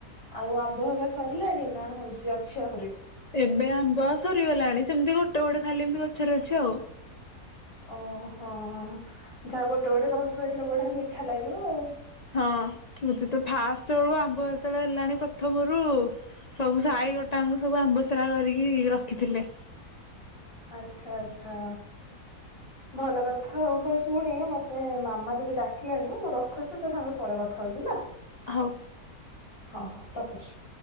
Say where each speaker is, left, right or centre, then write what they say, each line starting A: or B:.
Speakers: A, on the left; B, on the left.
A: ଆଉ ଆମ୍ବ ହକା ସରିଲାଣି ନା ହଉଛି ଅଛି ଆହୁରି।
B: ଏବେ ଆମ୍ବ ସରିଗଲାଣି ସେମିତି ଗୋଟେ ଗୋଟେ ଖାଲି ଏମିତି ଗଛରେ ଅଛି ଆଉ।
A: ଓହୋ ଯାହା ଗୋଟେ ଗୋଟେ ରହୁଥିବ ଏଥର ବଢିଆ ମିଠା ଲାଗିବ ଆଉ।
B: ହଁ ମୋତେ ତ ଫାଷ୍ଟ ବେଳୁ ଆମ୍ବ ଯେତେବେଳେ ହେଲାଣି ପ୍ରଥମରୁ ସବୁ ସାହି ଗୋଟାଙ୍କୁ ସବୁ ଆମ୍ବ ସେରା କରିକି ରଖିଥିଲେ।
A: ଆଚ୍ଛା ଆଚ୍ଛା ଭଲ କଥା ହଉ ହୋ ଶୁଣେ ମତେ ମାମା ଟିକେ ଡାକିଲାଣି ମୁଁ ରଖୁଛି ତୋ ସାଙ୍ଗରେ ପରେ କଥା ହଉଛି ହେଲା।
B: ହଉ।
A: ହଁ ହୋ ରଖୁଛି।